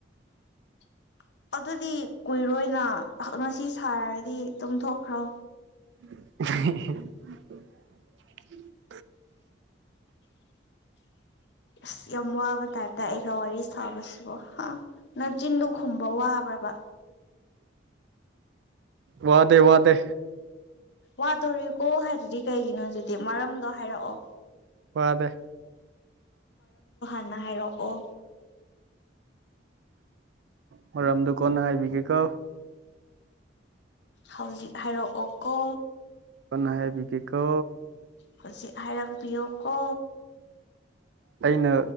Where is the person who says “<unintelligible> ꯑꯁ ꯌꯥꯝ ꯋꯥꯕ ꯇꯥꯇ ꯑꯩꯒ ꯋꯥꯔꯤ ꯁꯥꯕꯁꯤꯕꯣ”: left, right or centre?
Left